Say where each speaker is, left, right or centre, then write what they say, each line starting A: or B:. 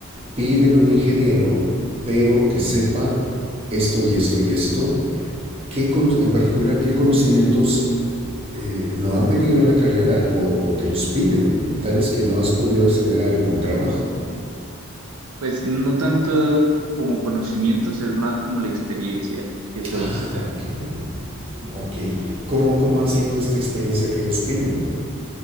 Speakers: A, on the right; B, on the right.
A: piden un ingeniero, pero que sepa esto y esto y esto, ¿Qué cono- en particular qué conocimientos eh, no han venido en la carrera o, o te los piden, tales que no has podido acceder a algún trabajo.
B: Pues no tanto como conocimientos, es más como la experiencia que solicitan.
A: Ah, ok, ok. ¿Cómo, cómo ha sido esta experiencia que ellos piden?